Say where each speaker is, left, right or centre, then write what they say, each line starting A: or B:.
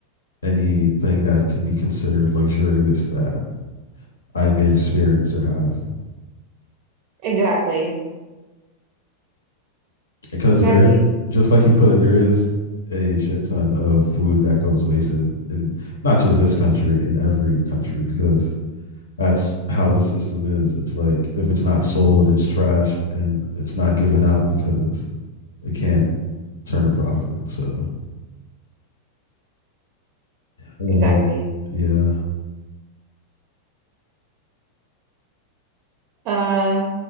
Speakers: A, on the left; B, on the right.
A: anything that can be considered luxurious that I may experience or have.
B: Exactly.
A: because
B: Exactly.
A: there, just like you put it, there is a shit ton of food that goes wasted in not just this country, in every country, because that's how the system is. It's like if it's not sold, it's trashed and it's not given out because it can't turn a profit. So, uh,
B: Exactly.
A: yeah.
B: Uh